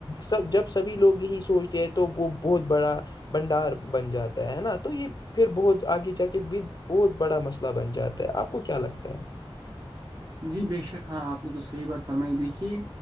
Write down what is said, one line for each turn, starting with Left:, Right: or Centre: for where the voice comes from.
Left: سب جب سبھی لوگ یہی سوچتے ہیں تو وہ بہت بڑا بنڈار بن جاتا ہے نا تو یہ پھر بہت آگے جا کے بھی بہت بڑا مسئلہ بن جاتا ہے آپ کو کیا لگتا ہے
Right: جی بےشک ہاں آپ نے تو صحیح بات فرمائی دیکھی